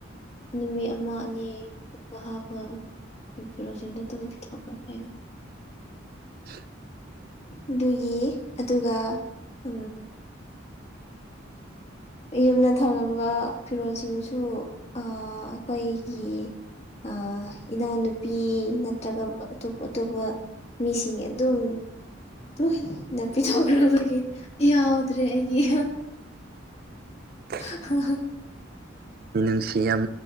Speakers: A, on the left; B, on the right.
A: ꯅꯨꯃꯤꯠ ꯑꯃ ꯑꯅꯤꯒꯨꯝꯕ ꯍꯥꯥꯕꯒꯤ ꯐꯤꯔꯣꯜꯁꯤꯡꯗꯣ ꯑꯗꯨꯝ ꯄꯤꯊꯣꯛꯈ꯭ꯔ ꯍꯥꯏꯅ
B: ꯍ
A: ꯑꯗꯨꯒꯤ ꯑꯗꯨꯒ ꯎ ꯌꯨꯝꯗ ꯊꯝꯂꯝꯕ ꯐꯤꯔꯣꯜꯁꯤꯡꯁꯨ ꯑꯩꯈꯣꯏꯒꯤ ꯑ ꯏꯅꯥꯎꯅꯨꯄꯤ ꯅꯠꯇ꯭ꯔꯒ ꯑꯇꯣꯞ ꯑꯇꯣꯞꯄ ꯃꯤꯁꯤꯡ ꯑꯦ ꯑꯗꯨꯝ ꯂꯣꯏꯅ ꯄꯤꯊꯣꯛꯈ꯭ꯔꯕꯒꯤ ꯌꯥꯎꯗ꯭ꯔꯦ ꯑꯩꯒꯤ
B: ꯎꯝ
A: <unintelligible> <inaudible>
B: ꯅꯅꯨꯡꯁꯤ ꯌꯥꯝ